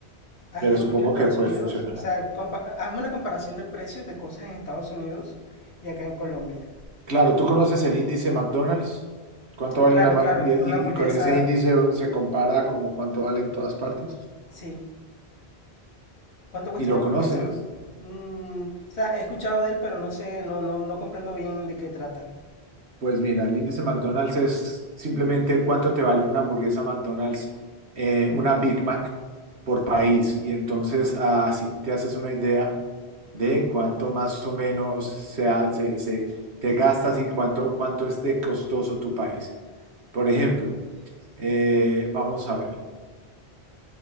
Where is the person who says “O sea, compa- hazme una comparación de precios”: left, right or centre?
Left